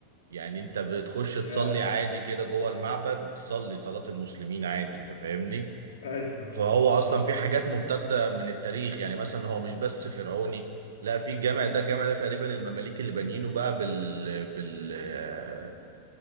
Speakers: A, on the right (about 65°); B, on the left (about 60°).
A: يعني انت بتخش تصلي
B: يعني
A: عادي كده جوه المعبد تصلي صلاة المسلمين عادي انت فاهمني
B: ايوه
A: فهو
B: ايوه
A: اصلا
B: ايوه
A: في حاجات ممتدة من التاريخ يعني مثلا هو مش بس فرعوني لا في الجامع ده الجامع ده تقريبا المماليك اللي بانيينه بقى بال بال